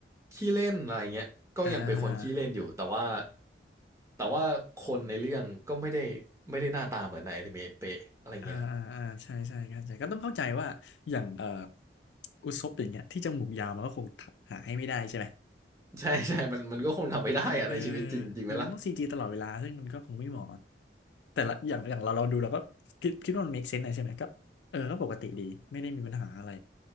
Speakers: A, on the right; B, on the left.
A: ขี้เล่นอะไรเงี้ยก็ยังเป็นคนขี้เล่นอยู่แต่ว่า
B: อ่า
A: แต่ว่าคนในเรื่องก็ไม่ได้ไม่ได้หน้าตาเหมือนในอนิเมะเป๊ะอะไรเงี้ย
B: อ่าอ่าอ่าใช่ใช่เข้าใจก็ต้องเข้าใจว่าอย่างเอ่ออุซบอย่างเงี้ยที่จมูกยาวมันก็คงหาให้ไม่ได้ใช่ไหม
A: <laughs> ใช่ใช่มันมันก็คงทำไม่ได้อะในชีวิตจริง
B: เออ
A: <laughs> จริงไหมล่ะ
B: ไม่งั้นต้องซีจีตลอดเวลาซึ่งมันก็คงไม่เหมาะ แต่ละอย่างอย่างเราเราดูเราก็คิดคิดว่ามัน make sense อะไรใช่ไหมก็เออก็ปกติดีไม่ได้มีปัญหาอะไร